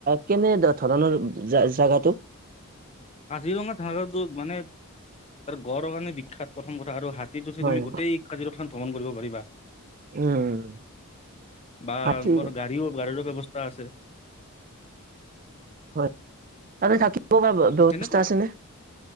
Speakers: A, on the right; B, on the left.
A: কেনেধৰণৰ জা-জাগাটো?
B: কাজিৰঙা থানাটোত মানে তাৰ গড়ৰ কাৰণে বিখ খ্যাত প্ৰথম কথা আৰু হাতীত উঠি
A: হয়
B: তুমি গোটেই কাজিৰঙাখন ভ্ৰমণ কৰিব পাৰিবা।
A: উম
B: বা
A: হাতী
B: গাড়ীও গাড়ীলৈ অবস্থা আছে।
A: হয় তাতে থাকিব কবাৰ ব্যৱস্থা
B: তেনেকুৱা
A: আছেনে?